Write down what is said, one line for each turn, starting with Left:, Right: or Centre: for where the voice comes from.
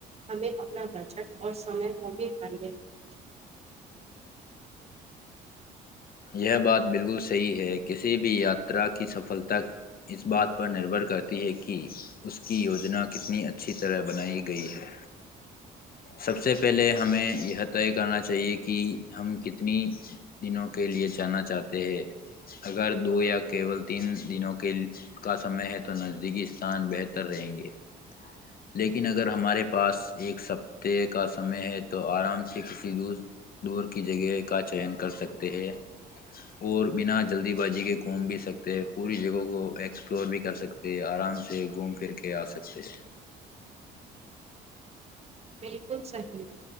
Right: ہمیں اپنا بجٹ اور سم کو بھی میں رکھنا <inaudible>
Left: یہ بات بالکل صحیح ہے کسی بھی یاترا کی سفلتا اس بات پر نربھر کرتی ہے کہ اس کی یوجنا کتنی اچھی طرح بنائی گئی ہے سب سے پہلے ہمیں یہ طے کرنا چاہیے کہ ہم کتنی دنوں کے لئے جانا چاہتے ہیں اگر دو یا کیول تین دنوں کا سمے ہے تو نزدیکی ستان بہتر رہیں گے لیکن اگر ہمارے پاس ایک سفتے کا سمے ہے تو آرام سے کسی دور کی جگہ کا چن کر سکتے ہے اور بنا جلدی بازی کے گھوم بھی سکتے ہیں پوری جگہ کو ایکسپلور بھی کر سکتے ہیں آرام سے گھوم پھر کے آ سکتے ہیں
Right: بالکل صحیح